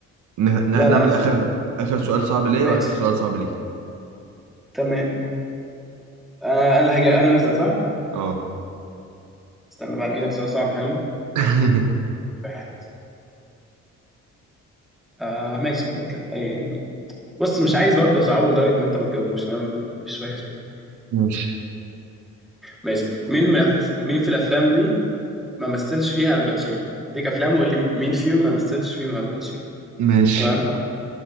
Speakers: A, on the right (about 75°); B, in the centre.
A: ن-
B: لا
A: ن-
B: لا
A: نعمل
B: استنى
A: آخر آخر سؤال صعب ليا
B: ماشي
A: وآخر سؤال صعب ليك
B: تمام آه انا هجي انا اللي اسال صح
A: اه
B: استنى بقى انقي لك سؤال صعب حلو
A: <laughs>
B: واحد آه ماشي كده كده اي يعني بص مش عايز برضه اصعبه لدرجة ان انت ما تجاوبوش انا مش وحش كده
A: ماشي
B: ماشي مين من الأف... مين في الافلام دي ما مثلش فيها الباتشينو اديك افلام وقول لي مين فيهم ما مثلش فيهم الباتشينو
A: ماشي
B: تمام